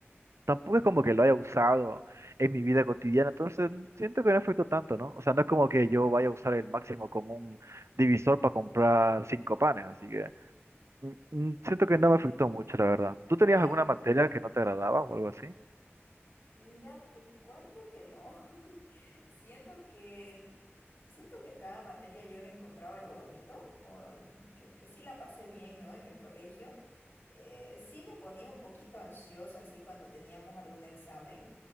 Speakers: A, on the right; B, on the left.
A: tampoco es como que lo haya usado en mi vida cotidiana, entonces mm, siento que no afectó tanto, ¿no? O sea, no es como que yo vaya a usar el máximo como un divisor para comprar cinco panes, así que mm, mm, siento que no
B: <laughs>
A: me afectó mucho, la verdad. ¿Tú tenías
B: Claro.
A: alguna materia que no te agradaba o algo así?
B: Mira, te cuento que no. <laughs> Siento que siento que cada materia yo le encontraba lo bonito, um, que, que sí la pasé bien, ¿no? En el colegio. Eh, sí me ponía un poquito ansiosa así cuando teníamos algún examen,